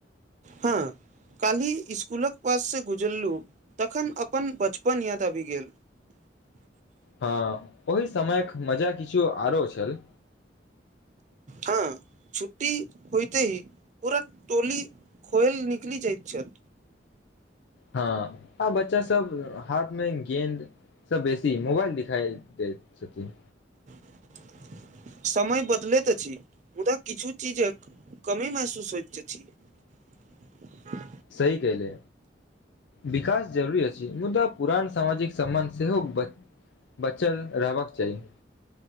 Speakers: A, on the right (about 40°); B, on the left (about 70°).
A: हँ काल्हि इस्कुलक पाससँ गुजरलहुँ तखन अपन बचपन याद आबि गेल <unintelligible>
B: हँ ओहि समयक मजा किछु आरो छल
A: हँ छुट्टी होइत ही पूरा टोली खोएल निकलि जाइत छल
B: हँ आ बच्चा सब हाथमे गेन्द सँ बेसी मोबाइल दिखाइ दैत छथिन
A: <unintelligible> समय बदलैत अछि मुद्दा किछु चीजक कमी महसूस होइत अछि <unintelligible>
B: सही कहले विकास जरुरी अछि मुद्दा पुरान सामाजिक सम्मान सेहो बचल रहबाक चाही